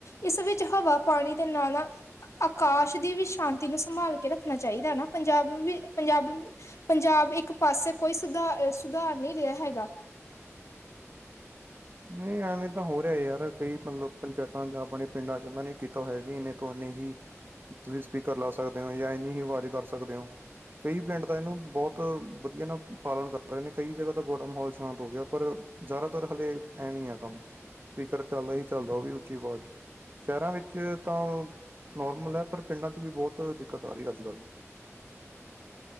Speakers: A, on the left; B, on the right.
A: ਇਸ ਵਿੱਚ ਹਵਾ ਪਾਣੀ ਦੇ ਨਾਲ ਨਾ, ਆਕਾਸ਼ ਦੀ ਵੀ ਸ਼ਾਂਤੀ ਨੂੰ ਸੰਭਾਲ ਕੇ ਰੱਖਣਾ ਚਾਹੀਦਾ ਨਾ ਪੰਜਾਬ ਵੀ ਪੰਜਾਬ ਪੰਜਾਬ ਇੱਕ ਪਾਸੇ ਕੋਈ ਸੁ-ਸੁਧਾਰ ਨੀ ਰਿਆ ਹੈਗਾ।
B: ਨਈ ਐਵੇਂ ਤਾਂ ਹੋ ਰਿਆ ਯਾਰ ਕਈ ਮਤਲਬ ਪੰਚਾਇਤਾਂ ਆਪਣੇ ਪਿੰਡਾਂ ਚ ਉਹਨਾਂ ਨੇ ਕੀਤਾ ਹੋਇਆ ਵੀ ਇਨੇ ਤੋਂ ਇਨੇ ਹੀ, ਤੁਸੀਂ ਸਪੀਕਰ ਲਾ ਸਕਦੇ ਓ ਜਾਂ ਇੰਨੀ ਈ ਆਵਾਜ਼ ਕਰ ਸਕਦੇ ਓ ਕਈ ਪਿੰਡ ਤਾਂ ਇਹਨੂੰ ਬਹੁਤ ਵਧੀਆ ਨਾ ਪਾਲਣ ਕਰ ਰੇ ਨੇ ਕਈ ਜਗ੍ਹਾ ਦਾ ਬੜਾ ਮਾਹੌਲ ਸ਼ਾਂਤ ਹੋ ਗਿਆ ਪਰ ਜ਼ਿਆਦਾਤਰ ਹਲੇ ਐਵੀ ਆ ਕੰਮ ਸਪੀਕਰ ਚੱਲਦਾ ਈ ਚੱਲਦਾ ਓ ਵੀ ਉੱਚੀ ਆਵਾਜ਼। ਸ਼ਹਿਰਾਂ ਵਿੱਚ ਤਾਂ ਨੋਰਮਲ ਐ ਪਰ ਪਿੰਡਾਂ 'ਚ ਵੀ ਬਹੁਤ ਦਿੱਕਤ ਆ ਰਹੀ ਐ ਅੱਜ ਕੱਲ੍ਹ